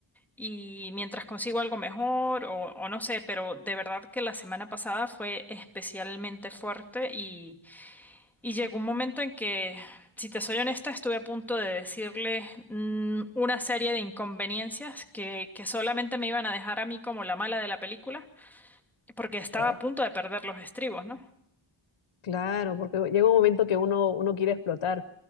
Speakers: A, in the centre; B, on the left.
A: y mientras consigo algo mejor o, o no sé, pero de verdad que la semana pasada fue especialmente fuerte y, y llegó un momento en que, si te soy honesta, estuve a punto de decirle mm, una serie de inconveniencias que, que solamente me iban a dejar a mí como la mala de la película porque estaba
B: Ay,
A: a punto de perder los estribos, ¿no?
B: claro, porque llega un momento que uno, uno quiere explotar,